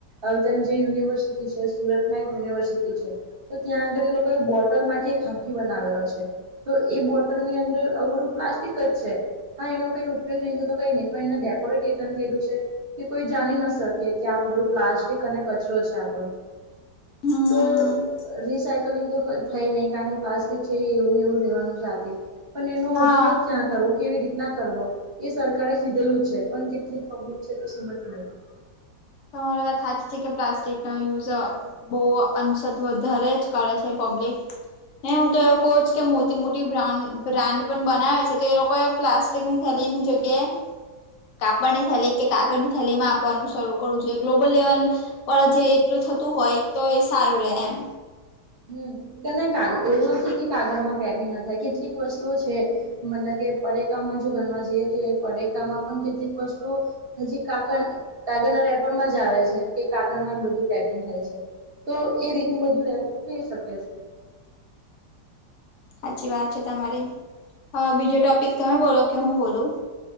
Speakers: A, on the right; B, on the left.
A: અલ્કન જે યુનિવર્સિટી છે, સુરતમાં એક યુનિવર્સિટી છે. તો ત્યાં આગળ એ લોકોએ બોટલમાંથી એક હાકી બનાવેલો છે. તો એ બોટલની અંદર આવું બધું પ્લાસ્ટિક જ છે. હા એનો કઈ ઉપયોગ નઈ થતો કઈ નહી પણ એને ડેકોરેટેટણ કર્યું છે. કે કોઈ જાની ન શકે કે આ બધું પ્લાસ્ટિક અને કચરો છે આપણો.
B: હમ
A: તો અ રિસાયકલિંગ તો થઈ ની કારણ કે પ્લાસ્ટિક છે એ એવુંને એવું રહેેવાનું છે આ તે. પન એનો
B: હા
A: ઉપયોગ ક્યાં કરવો, કેવી રીતના કરવો એ સરકારે કીધેલું જ છે. પણ કેટલી પબ્લિક છે તે સમજતી નથી.
B: તમારી વાત હાચી છે કે પ્લાસ્ટિકના યુઝ અ બહુ અંશત વધારે જ કરે છે પબ્લિક ને હું તો એવું કહું છ કે મું જે મોટી બ્રાન્ડ બ્રાન્ડ પણ બનાવે છે તે લોકોએ પ્લાસ્ટિકની થેલીની જગ્યાએ કાપડની થેલી કે કાગળની થેલીમાં આપવાનું શરૂ <inaudible> જે ગ્લોબલ લેવલ પર જે એટલું થતું હોય તો એ સારું રે એમ.
A: હમ કે ના કાગ એવું નથી કે કાગળમાં પેકિંગ ના થાય કેટલીક વસ્તુઓ છે. મતલબ કે પરેકામાં જો ગનવા જઈએ તો એ પરેકામાં પણ કેટલીક વસ્તુઓ હજી કાકણ કાગનર એપમાં જ આવે છે કે કાગળમાં બધું પેકિંગ થાય છે. તો એ રીતનું બધું રેમ થઈ શકે છે.
B: હાચી વાત છે તમારી. હહ બીજો ટોપિક તમે બોલો કે હું બોલું?